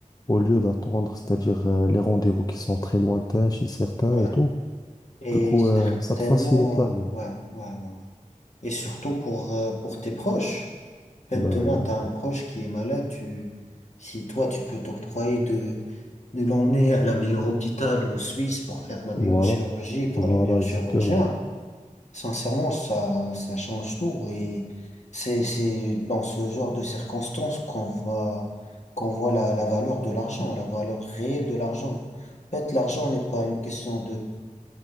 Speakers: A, on the left; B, on the left.
A: au lieu d'attendre, c'est-à-dire euh, les rendez-vous qui sont très lointains chez certains
B: ouais.
A: et tout.
B: Et
A: Du coup,
B: certainement,
A: euh, ça te facilite la vie.
B: ouais, ouais, ouais. ouais. Et surtout pour, euh, pour tes proches. En
A: Ben,
B: fait, demain, tu as un proche qui est malade, tu, si toi, tu peux t'octroyer de, de l'emmener à la meilleure hôpital en Suisse pour faire la
A: voilà.
B: meilleure chirurgie par
A: Voilà,
B: le meilleur chirurgien,
A: exactement.
B: sincèrement, ça, ça change tout. Et c'est, c'est dans ce genre de circonstances qu'on va, qu'on voit la, la valeur de l'argent, la valeur réelle de l'argent. En fait, l'argent n'est pas une question